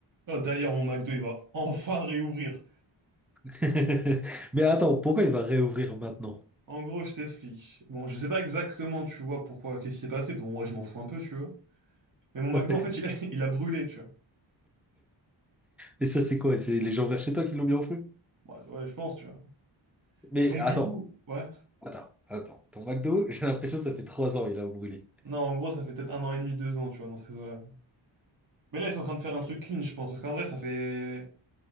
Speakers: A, on the right (about 40°); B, in the centre.
A: Oh, d'ailleurs, mon McDo, il va enfin réouvrir.
B: <laughs> Mais attends, pourquoi il va réouvrir maintenant?
A: En gros, je t'explique. Bon, je sais pas exactement, tu vois, pourquoi, qu'est-ce qui s'est passé. Bon, moi, je m'en fous un peu, tu vois. Mais mon McDo,
B: <laughs>
A: en fait, il a, <laughs> il a brûlé, tu vois.
B: Et ça, c'est quoi? C'est les gens vers chez toi qui l'ont bien offert?
A: Bah, Ouais, tu vois, je pense, tu vois.
B: Mais
A: Et donc,
B: attends,
A: du coup, ouais.
B: attends, attends. Ton McDo, <laughs> j'ai l'impression que ça fait trois ans il a brûlé.
A: Non, en gros, ça fait peut-être un an et demi, deux ans, tu vois, dans ces eaux-là. Mais là, ils sont en train de faire un truc clean, je pense. Parce qu'en vrai, ça fait.